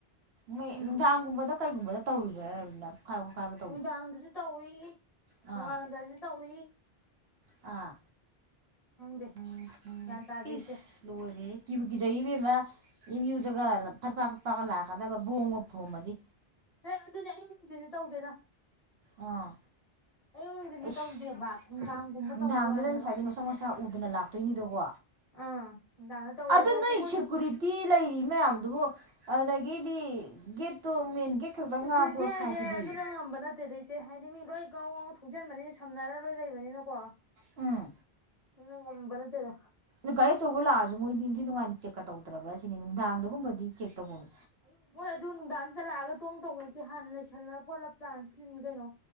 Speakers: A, on the right; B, on the left.
A: ꯃꯣꯏ
B: ꯎꯝ
A: ꯅꯨꯡꯗꯥꯡꯒꯨꯝꯕꯗ ꯀꯩꯒꯨꯝꯕꯗ ꯇꯧꯔꯤꯔ ꯅ ꯄꯣꯈꯥꯏ ꯈꯣꯠꯀꯥꯏꯕꯗꯣ꯫
B: ꯅꯨꯡꯗꯥꯡꯗꯁꯨ ꯇꯧꯏ
A: ꯑꯥ
B: ꯅꯣꯡꯉꯜꯂꯝꯗꯥꯏꯁꯨ ꯇꯧꯏ꯫
A: ꯑꯥ
B: ꯈꯪꯗꯦ
A: ꯎꯝ ꯎꯝ
B: ꯒ꯭ꯌꯥꯟ ꯇꯥꯗꯦ
A: ꯏꯁ
B: ꯏꯆꯦ
A: ꯂꯣꯏꯔꯦ ꯀꯤꯕꯨ ꯀꯤꯖ ꯏꯕꯦꯝꯃꯥ꯫ ꯑꯦꯝ ꯌꯨꯗꯒ ꯐꯠꯐꯥ ꯐꯠꯐꯥ ꯂꯥꯛꯀꯗꯕ ꯕꯣꯝꯒ ꯐꯣꯡꯃꯝꯃꯗꯤ
B: ꯍꯦ ꯑꯗꯨꯗꯤ ꯑꯌꯨꯛ ꯅꯨꯟꯗꯤꯜꯗꯗꯤ ꯇꯧꯗꯦꯗ꯫
A: ꯑꯥ
B: ꯑꯌꯨꯛ ꯅꯨꯡꯊꯤꯟꯗꯤ
A: ꯑꯦꯁ
B: ꯇꯧꯗꯦꯕ ꯅꯨꯡꯗꯥꯡꯒꯨꯝꯕ
A: ꯅꯨꯡꯗꯥꯡꯗꯨꯗ
B: ꯇꯧꯕꯩ ꯋꯥꯅꯦꯕ
A: ꯉꯁꯥꯏꯗꯤ ꯃꯁꯥꯛ ꯃꯁꯥ ꯎꯗꯅ ꯂꯥꯛꯇꯣꯏꯅꯦꯗꯣꯀꯣ꯫
B: ꯑꯥ ꯅꯨꯡꯗꯥꯡꯗ ꯇꯧꯋꯦ
A: ꯑꯗꯨ
B: ꯑꯗꯣ
A: ꯅꯣꯏ
B: ꯃꯣꯏꯁꯨ
A: ꯁꯦꯀꯨꯔꯤ ꯇꯤ ꯂꯩꯔꯤ ꯃꯌꯥꯝꯗꯨꯒꯣ ꯑꯗꯨꯗꯒꯤꯗꯤ ꯒꯦꯠꯇꯣ ꯃꯦꯟ ꯒꯦꯠ ꯈꯛꯇꯪ
B: ꯁꯦꯀꯨꯔꯤꯇꯤ
A: ꯉꯥꯛꯄ꯭ꯔꯣ
B: ꯍꯥꯏꯁ
A: ꯁꯥꯏꯠꯇꯨꯗꯤ
B: ꯑꯗꯨꯅ ꯉꯝꯕ ꯅꯠꯇꯦ ꯅꯠꯇꯦꯗꯩꯆꯦ ꯍꯥꯏꯗꯤ ꯃꯤ ꯂꯣꯏ ꯒꯥꯎ ꯒꯥꯎ ꯊꯧꯖꯤꯟꯕꯅꯤꯅ ꯁꯝꯅꯔ ꯂꯣꯏ ꯂꯩꯕꯅꯤꯅꯀꯣ
A: ꯎꯝ
B: ꯉꯝꯕ ꯅꯥꯇꯦꯗꯥ
A: ꯑ ꯒꯥꯔꯤ ꯑꯆꯧꯕ ꯂꯥꯛꯑꯁꯨ ꯃꯣꯏꯗꯤ ꯅꯤꯡꯊꯤ ꯅꯨꯡꯉꯥꯏꯅ ꯆꯦꯛꯀ ꯇꯧꯗ꯭ꯔꯥ ꯁꯤꯅꯤ ꯅꯨꯡꯗꯥꯡꯗꯒꯨꯝꯕꯗꯤ ꯆꯦꯛ ꯇꯧꯕꯅꯤ
B: ꯃꯣꯏ ꯑꯗꯨ ꯅꯨꯡꯗꯥꯡꯗ ꯂꯥꯛꯑꯒ ꯇꯣꯡ ꯇꯧ ꯅꯠꯇꯦ ꯍꯥꯟꯅ ꯂꯩꯁꯜꯂ ꯈꯣꯠꯂ ꯄ꯭ꯂꯥꯟ ꯁꯤꯟꯂꯤꯅꯤ ꯀꯩꯅꯣ